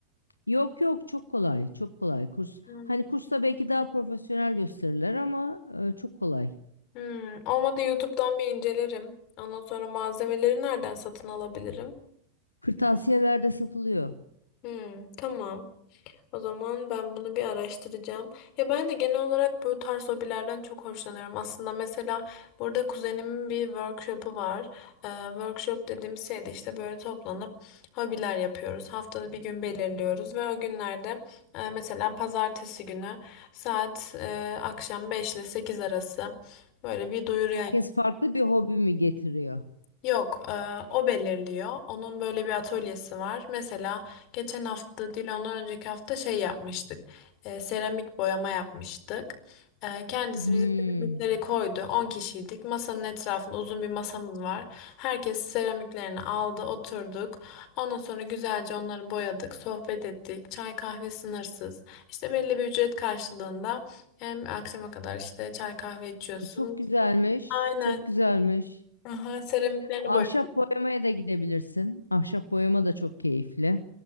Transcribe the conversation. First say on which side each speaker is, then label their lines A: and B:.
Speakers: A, on the left; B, on the left.
A: Yok yok çok kolay. Çok kolay. Kurs
B: Hmm.
A: hani kursta belki daha profesyonel gösterirler ama e, çok kolay.
B: Hmm, Olmadı YouTube'dan bir incelerim. Ondan sonra malzemeleri nereden satın alabilirim?
A: Kırtasiyelerde satılıyor.
B: Hmm, tamam. O zaman ben bunu bir araştıracağım. Ya ben de genel olarak bu tarz hobilerden çok hoşlanıyorum. Aslında mesela burada kuzenimin bir workshop'u var. Ee, workshop dediğimiz şey de işte böyle toplanıp hobiler yapıyoruz. Haftada bir gün belirliyoruz ve o günlerde e, mesela pazartesi günü saat e, akşam 5 ile 8 arası böyle bir duyuru
A: Herkes farklı bir hobi mi getiriyor?
B: Yok, e, o belirliyor. Onun böyle bir atölyesi var. Mesela geçen hafta değil ondan önceki hafta şey yapmıştık. E, seramik boyama yapmıştık. E, kendisi
A: Hmm.
B: bize seramikleri koydu. 10 kişiydik. Masanın etrafında uzun bir masamız var. Herkes seramiklerini aldı, oturduk. Ondan sonra güzelce onları boyadık, sohbet ettik. Çay kahve sınırsız. İşte belli bir ücret karşılığında hem akşama kadar işte çay kahve içiyorsun.
A: E, çok güzelmiş.
B: Aynen.
A: Çok güzelmiş.
B: Aha, seramiklerini
A: Ahşap
B: boy.
A: boyamaya da gidebilirsin. Ahşap boyama da çok keyifli.